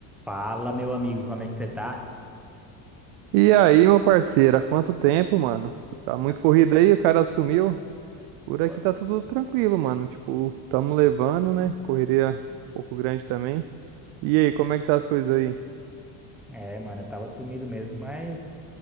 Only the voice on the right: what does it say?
E aí, meu parceiro, há quanto tempo, mano? Tá muito
corrido aí, o cara sumiu. Por aqui
tá tudo tranquilo, mano. Tipo, tamo levando, né? Correria um pouco grande também. E aí, como é que tá as coisas aí?